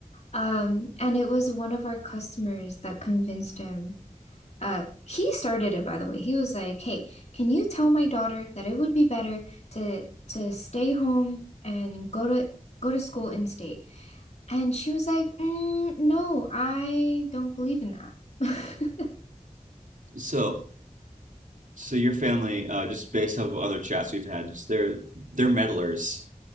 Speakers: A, on the left; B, on the right.
A: Um, and it was one of our customers that convinced him. Uh, he started it by the way. He was like, "Hey, can you tell my daughter that it would be better to to stay home and go to go to school in state?" And she was like, mm, no, I don't believe in that. <laughs>
B: So so your family, uh, just based off of other chats we've had, just they're they're meddlers.